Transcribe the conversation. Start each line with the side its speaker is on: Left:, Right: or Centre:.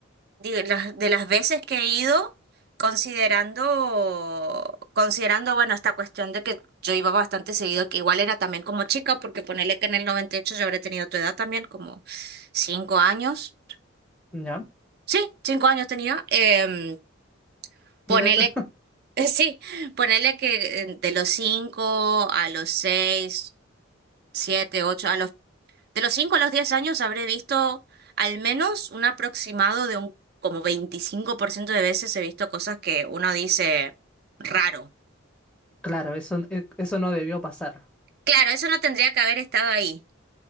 Right: di- las- de las veces que he ido, considerando, considerando, bueno, esta cuestión de que yo iba bastante seguido, que igual era también como chica, porque ponele que en el 98 yo habré tenido tu edad también, como cinco años.
Centre: ¿Ya?
Right: Sí, cinco años tenía. Em, ponele,
Centre: Mira esto. <laughs>
Right: <laughs> sí, ponele que eh, de los cinco a los seis, siete, ocho, a los, de los cinco a los diez años habré visto al menos un aproximado de un como 25% de veces he visto cosas que uno dice raro.
Centre: Claro, eso, e- eso no debió pasar.
Right: Claro, eso no tendría que haber estado ahí.